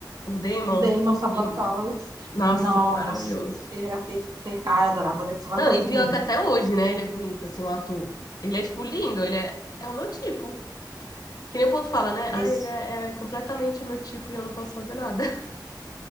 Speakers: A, on the left (about 60°); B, on the right (about 60°).
A: o Demon.
B: Damon
A: Dem-
B: Salvatore.
A: Nossa,
B: Nossa,
A: maravilhoso.
B: ele era perfeito. Ai, eu adorava o Damon Salvatore
A: Não, e pior
B: também.
A: que até hoje, né? Ele é bonito, assim, o ator. Ele é, tipo, lindo, ele é, é o meu tipo. Que nem o povo fala, né?
B: Esse,
A: Ah, ele é, é completamente o meu tipo e eu não posso fazer nada. <laughs>